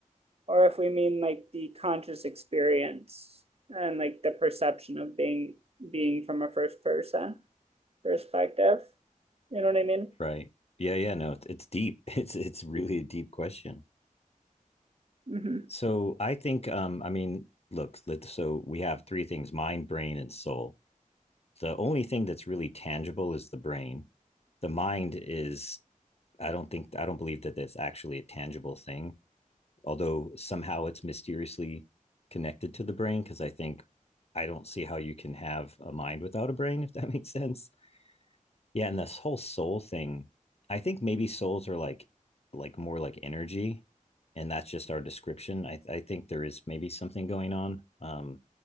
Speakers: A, on the right; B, on the left.
A: or if we mean like the conscious experience and like the perception of being being from a first person perspective. You know what I mean?
B: Right. Yeah, yeah, no, it- it's deep. <laughs> It's it's really a deep question.
A: hmm
B: So I think um I mean, look, let- so we have three things, mind, brain, and soul. The only thing that's really tangible is the brain. The mind is I don't think I don't believe that that's actually a tangible thing, although somehow it's mysteriously connected to the brain because I think I don't see how you can have a mind without a brain if that <laughs> makes sense. Yeah, and this whole soul thing, I think maybe souls are like like more like energy and that's just our description. I I think there is maybe something going on. Um